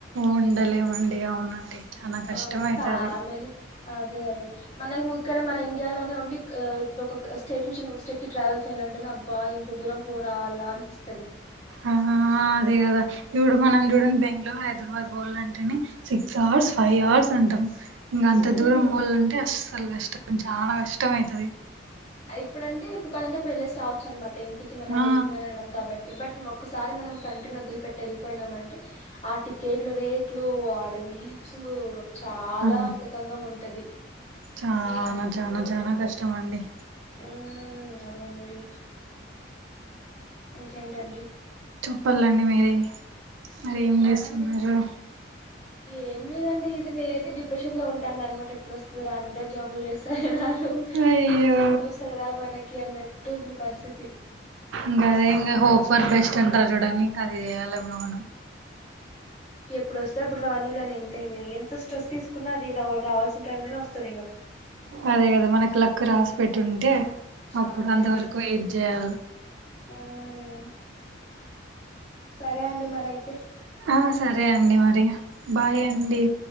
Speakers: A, on the right; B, on the left.
A: ఉండలేమండి అవునండి చనా కష్టం
B: ఆ
A: అయితది
B: ఫ్యామిలీ అదే అదే మనకి ఇక్కడ మన ఇండియాలోనే ఉ ఇప్పుడు ఒక స్టేట్ నుంచి ఇంకో స్టేట్ కి ట్రావెల్ చెయాలంటే అబ్బా ఎంత దూరం పోరావాలా అనిపిస్తంది
A: ఆ అదే కదా ఇపుడు మనం చూడండి బెంగళూరు హైదరాబాద్ పోవాలంటేనే అంటేనే సిక్స్ అవర్స్ ఫైవ్ అవర్స్ అంటాం ఇంకా అంత
B: ఉమ్
A: దూరం పోవలంటే అ అసలు కష్టం చాలా కష్టం అయితది
B: ఇప్పుడంటే ఇప్పుడు కొదంటే ఇప్పుడు వెళ్ళేసి రావచ్చు అనమాట ఇంటికి మన
A: ఆ
B: దేశంలోనే ఉన్నాం కాబట్టి బట్ ఒకసారి మనం కంట్రీ ను వదిలిప పెట్టీ వెళ్ళిపోయినామ అంటే ఆ టికెట్లు రేట్లు ఆడ లివ్స్ కు చాలా
A: ఆ
B: కతంగం ఉంటది
A: చానా చానా చానా కష్టం అండి
B: ఉ అదండి ఇంకేంటండి
A: చెప్పాలండి మీరే మరీ
B: చెప్పాలండి
A: ఏం చేస్తున్నారు
B: ఏం లేదండి ఇది నేనైతే డిప్రెషన్ లో ఉంటా అం అనమాట ఎప్పుడు వస్తుంది రా అందరు జాబులు చేస్త తేరారు
A: అయ్యో
B: ఇంకెప్పుడు వస్తుంది రాబనకి అన్నట్టు ఉంది పరిస్థితి
A: ఇందే ఇంకా హోప్ ఫర్ బస్ట్ అంటారు చుడాండి ఇంకా అది చేయాలి ఏమో మనం
B: ఎప్పుడు వస్తే అప్పుడు రానీలే అని ఎంత ఇంకా ఎంత స్ట్రెస్ తీసుకున్నా అది రావాల్సిన టైం లోనే వస్తుంది
A: అదే కదా మనకు లక్ రాసి పెట్టు ఉంటే
B: ఆ
A: అప్పుడు
B: అదే
A: అంతవరకు
B: కదా
A: వెయిట్ చేయాలా
B: ఉమ్, సరే అండి మరి అయితే
A: ఆ సరే అండి మరి బాయ్ అండి